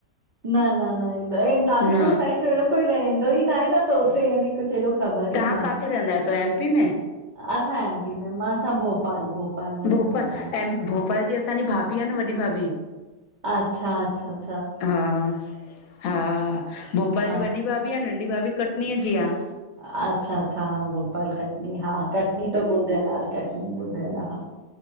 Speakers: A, on the right; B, on the left.
A: न न न, हेॾे नागपुर
B: न
A: साइड जो हेड़ो कोई रहंदो ई न आहे न त हुते यानी हेॾो ख़बर
B: तव्हां
A: ई न आहे।
B: किथे रहंदा आहियो एमपी में
A: असां एम पी मां, असां भोपाल- भोपाल। में रहंदा
B: भोपाल
A: हुआसीं
B: ऐं
A: हा।
B: भोपाल जी असांजी भाभी आ। न वॾी भाभी।
A: अच्छा अचछा
B: हा, हा भोपाल
A: हा
B: जी वॾी भाभी आ, नंढी भाभी कटनीअ जी आ।
A: अच्छा अचछा हा भोपाल कटनी, हा कटनी त ॿुधयल आ, कटनी ॿुधयल आ, हा।